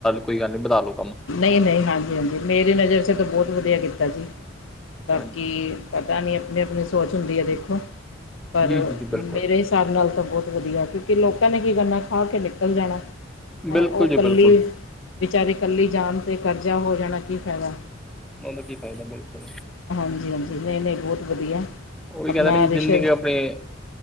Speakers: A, in the centre; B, on the left.
A: ਕੋਈ ਗੱਲ ਨੀ ਵਧਾ ਲੋ
B: ਨਈ-ਨਈ, ਹਾਂਜੀ-ਹਾਂਜੀ ਮੇਰੀ ਨਜ਼ਰ ਚ ਤਾਂ ਬਹੁਤ ਵਧੀਆ ਕੀਤਾ ਜੀ ਬਾਕੀ
A: ਹਾਂਜੀ
B: ਪਤਾ ਨੀ ਆਪਣੀ-ਆਪਣੀ ਸੋਚ ਹੁੰਦੀ ਹੈ ਦੇਖੋ ਪਰ
A: ਜੀ ਜੀ ਜੀ ਬਿਲਕੁਲ
B: ਮੇਰੇ ਹਿਸਾਬ ਨਾਲ ਤਾਂ ਬਹੁਤ ਵਧੀਆ ਕਿ ਲੋਕਾਂ ਨੇ ਕੀ ਕਰਨਾ ਖਾ ਕੇ ਨਿਕਲ ਜਾਣਾ, ਹੈਂ
A: ਬਿਲਕੁਲ
B: ਉਹ
A: ਜੀ
B: ਕੱਲੀ
A: ਬਿਲਕੁਲ
B: ਵਿਚਾਰੀ ਕੱਲੀ ਜਾਣ ਤੇ ਕਰਜ਼ਾ ਹੋ ਜਾਣਾ ਕੀ ਫਾਇਦਾ
A: ਉਹ ਦਾ ਕੀ ਫਾਇਦਾ ਬਿਲਕੁਲ।
B: ਹਾਂਜੀ-ਹਾਂਜੀ, ਨਈ-ਨਈ ਬਹੁਤ ਵਧੀਆ।
A: ਉਹੀ
B: ਆਪਣਾ
A: ਕਹਿੰਦਾ ਨੀ ਜਿੰਨੀ
B: ਰਿਸ਼ਤੇ
A: ਕਿ ਆਪਣੀ